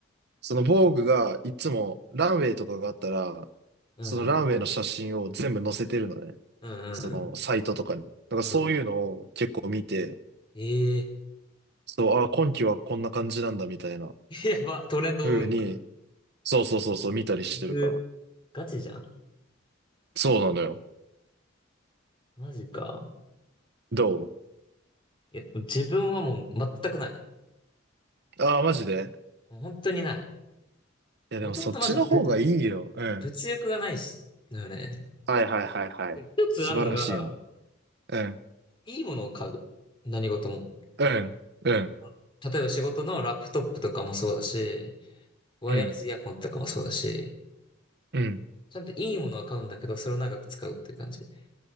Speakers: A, on the right (about 55°); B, on the left (about 25°).
A: その Vogue がいつもランウェイとかがあったら、
B: うん。
A: そのランウェイの写真を全部載せてるのね。
B: うんうんうん。
A: そのサイトとかに。だからそういうのを結構見て、
B: うん。ええ
A: そう、あ、今期はこんな感じなんだみたいな
B: ー <laughs> やば、トレンドを追うんだ。
A: 風に、そうそうそうそう、見たりしてるから。
B: うぐガチじゃん。
A: そうなのよ。
B: マジか。
A: ど
B: いや、自分はもう全くない。
A: うああー、マジで
B: もう本当にない。
A: いや、
B: もともとまず物、
A: でもそっちの方がいいよ。うん。
B: 物欲がないし、だよね。
A: はいはいはいはい。
B: で一つあんのが、
A: 素晴らしいね。うん。
B: いいものを買う。何事も。
A: うん。うん。
B: あ例えば仕事のラップトップとかもそうだし、ワイヤレスイヤホンとかもそうだし、
A: うん。うん。
B: ちゃんといいものは買うんだけど、それを長く使うっていう感じ。